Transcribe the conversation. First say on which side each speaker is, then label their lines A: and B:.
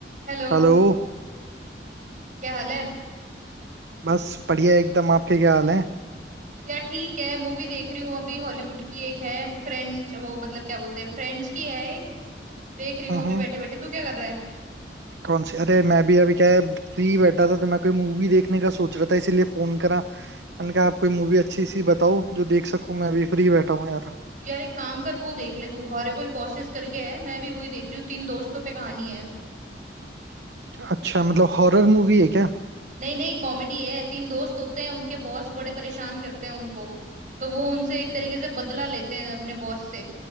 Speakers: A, on the right (about 45°); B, on the right (about 80°).
A: Hello
B: Hello
A: क्या हाल है
B: बस बढ़िया एकदम आपके क्या हाल है
A: यार ठीक है मूवी देख रही हूँ अभी हॉलीवुड की एक है फ्रेंड्स वो मतलब क्या बोलते हैं फ्रेंड्स की है एक देख रही हूँ
B: हम्म
A: अभी बैठे बैठे तू क्या कर रहा है
B: कौन सी अरे मैं भी अभी क्या है फ्री बैठा था तो मैं कोई मूवी देखने का सोच रहा था इसीलिए फोन करा मैंने कहा आप कोई मूवी अच्छी सी बताओ जो देख सकूं मैं भी फ्री बैठा हूँ यार
A: यार एक काम कर वो देख ले तू हॉरिबल बॉसेस करके है मैं भी वही देख रही हूँ तीन दोस्तों पे कहानी है
B: अच्छा मतलब हॉरर मूवी है क्या
A: नहीं नहीं कॉमेडी है तीन दोस्त होते हैं उनके बॉस बड़े परेशान करते हैं उनको तो वो उनसे एक तरीके से बदला लेते हैं अपने बॉस से